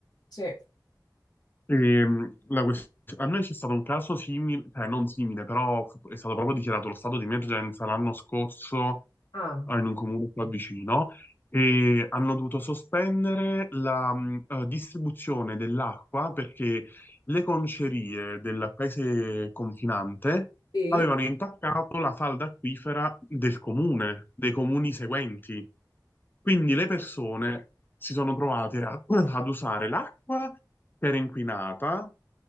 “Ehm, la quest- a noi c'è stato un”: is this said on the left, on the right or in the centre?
Left